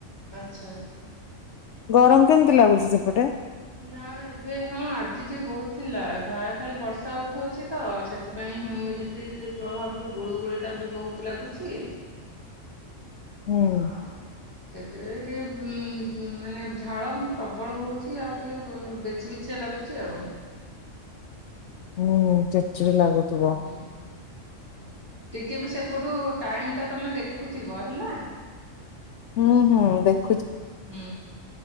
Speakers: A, on the right; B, on the left.
A: ଆଚ୍ଛା।
B: ଗରମ କେମିତି ଲାଗୁଚି ସେପଟେ?
A: ନା ଏବେ ହଁ ଆଜି ଟିକେ ବହୁତ ଥିଲା। ଏ ଭାରେ ଖାଲି ବର୍ଷା ଉଠଉଛି ତ ସେଥିପାଇଁ ହ୍ୟମିଡିଟି ରେ ପ୍ରଭାବରୁ ଗୁଳୁ ଗୁଳି ଟା ବି ବହୁତ ଲାଗୁଛି।
B: ହଁ।
A: ଆଉ ସେଥିପାଇଁ ଟିକେ ଉଁ, ଗୁଁ, ମାନେ ଝାଳ କିନ୍ତୁ ପ୍ରବଳ ବହୁଚି। ଆଉ ଟିକେ ଅ, ବେଚି ବେ ଚିଆ ଲାଗୁଚି ଆଉ।
B: ହୁଁ, ଚଡ ଚିଡ ଲାଗୁଥୁବ।
A: ହୁଁ ଟିକେ ବି ସେପଟୁ ଟାଇମ୍ ଟା ତମେ ଦେଖୁଥିବ ହେଲା।
B: ହଁ, ହଁ ଦେଖ
A: ହୁଁ।